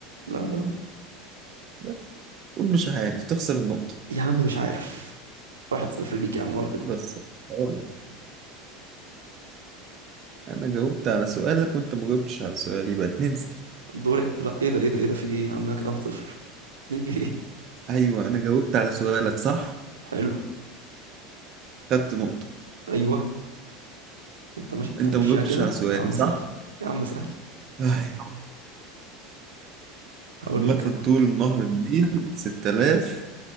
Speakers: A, on the right; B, on the right.
A: لا لا لا
B: بس قول مش عارف تخسر النقطة
A: يا عم مش عارف واحد صفر ليك يا عم ولا تزعل
B: بس أقول لك أنا جاوبت على سؤالك وأنت ما جاوبتش على سؤالي يبقى 2 0
A: دوري لا ايه ده ايه ده ايه ده في ايه يا عم كده واحد صفر مين ليه
B: أيوه أنا جاوبت على سؤالك صح
A: حلو
B: خدت نقطة
A: ايوه انت مش انت
B: أنت
A: ماشيها
B: ما جاوبتش
A: كده
B: على سؤالي
A: يا عم
B: صح
A: سهل يا عم سهل
B: أي
A: هقول
B: عامة
A: لك انا
B: طول النهر النيل 6000